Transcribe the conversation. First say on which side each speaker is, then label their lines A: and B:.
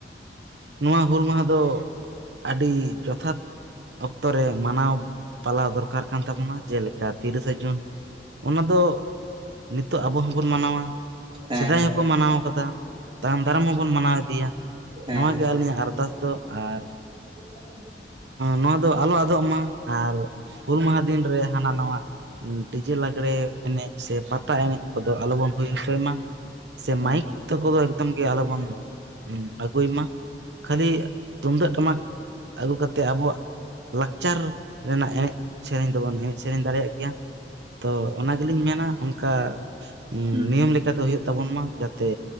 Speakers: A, on the right; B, on the right.
A: ᱱᱚᱣᱟ ᱦᱩᱞ ᱢᱟᱦᱟᱸ ᱫᱚ ᱟᱹᱰᱤ ᱡᱚᱛᱷᱟᱛ ᱚᱠᱛᱚ ᱨᱮ ᱢᱟᱱᱟᱣ ᱯᱟᱞᱟᱣ ᱫᱚᱨᱠᱟᱨ ᱠᱟᱱ ᱛᱟᱵᱚᱱᱟ, ᱡᱮᱞᱮᱠᱟ ᱛᱤᱨᱤᱥᱟ ᱡᱩᱱ ᱚᱱᱟ ᱫᱚ ᱱᱤᱛᱳᱜ ᱟᱵᱚ ᱦᱚᱸᱵᱚᱱ ᱢᱟᱱᱟᱣᱟ
B: ᱦᱮᱸ
A: ᱥᱮᱫᱟᱭ ᱦᱚ ᱠᱚ ᱢᱟᱱᱟᱣ ᱠᱟᱫᱟ ᱛᱟᱭᱚᱢ ᱫᱟᱨᱟᱢ ᱦᱚᱵᱚᱱ ᱢᱟᱱᱟᱣ ᱤᱫᱤᱭᱟ᱾
B: ᱦᱮᱸ
A: ᱱᱚᱣᱟ ᱜᱮ ᱟᱹᱞᱤᱧᱟᱜ ᱟᱨᱫᱟᱥ ᱫᱚ ᱟᱨ
B: <inaudible>
A: ᱱᱚᱣᱟ ᱫᱚ ᱟᱞᱚ ᱟᱫᱚᱜ ᱢᱟ, ᱟᱨ ᱦᱩᱞ ᱢᱟᱦᱟᱸ ᱫᱤᱱ ᱨᱮ ᱦᱟᱱᱟ ᱱᱟᱣᱟ ᱩᱸ ᱰᱤᱡᱮ ᱞᱟᱜᱽᱲᱮ ᱮᱱᱮᱡ ᱥᱮ ᱯᱟᱛᱟ ᱮᱱᱮᱡ ᱠᱚᱫᱚ ᱟᱞᱚᱵᱚᱱ ᱦᱩᱭ ᱦᱚᱪᱚᱭ ᱢᱟ, ᱥᱮ
B: ᱦᱮᱸ
A: ᱢᱟᱭᱤᱠ ᱛᱳ ᱠᱚᱫᱚ ᱮᱠᱫᱚᱢ ᱜᱮ ᱟᱞᱚᱵᱚᱱ ᱟᱹᱜᱩᱭ ᱢᱟ, ᱠᱷᱟᱹᱞᱤ ᱛᱩᱢᱫᱟᱜ ᱴᱟᱢᱟᱠ ᱟᱹᱜᱩ ᱠᱟᱛᱮᱜ ᱟᱵᱚᱣᱟᱜ ᱞᱟᱠᱪᱟᱨ ᱨᱮᱱᱟᱜ ᱮᱱᱮᱡ ᱥᱮᱨᱮᱧ ᱫᱚᱵᱚᱱ ᱮᱱᱮᱡ ᱥᱮᱨᱮᱧ ᱫᱟᱲᱮᱭᱟᱜ ᱜᱮᱭᱟ, ᱛᱚ ᱚᱱᱟ ᱜᱮᱞᱤᱧ ᱢᱮᱱᱟ ᱚᱫᱠᱟ ᱩᱸ
B: ᱦᱩᱸ
A: ᱱᱤᱭᱚᱢ ᱞᱮᱠᱟ ᱫᱚ ᱦᱩᱭᱩᱜ ᱛᱟᱵᱚᱱ ᱢᱟ ᱡᱟᱛᱮ